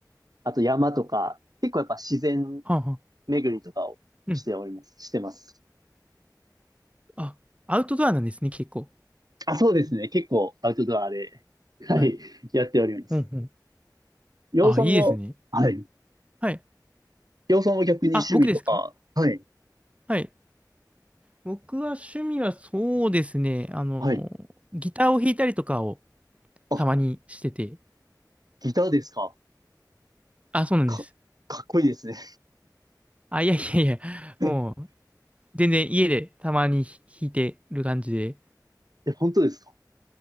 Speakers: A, on the right (about 60°); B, on the right (about 15°).
A: あと山とか、結構やっぱ自然
B: はんはん。
A: 巡りとかをしております。
B: うん。
A: してます。
B: あ、アウトドアなんですね、結構。
A: あ、そうですね。結構アウトドアで、はい、
B: はい。
A: やっております。
B: ほんほん。
A: 洋さんは、
B: あ、いいですね。
A: はい。
B: はい。
A: 岩尾さんは逆に趣味とか、
B: あ、僕ですか
A: はい。
B: はい。僕は趣味はそうですね。あの、
A: はい。
B: ギターを弾いたりとかを
A: あ、
B: たまにしてて。
A: ギターですか。
B: あ、そうなんです。
A: か、かっこいいですね。
B: あ、いやいやいや。
A: <laughs>
B: もう、全然家でたまに弾いてる感じで。
A: え、本当ですか。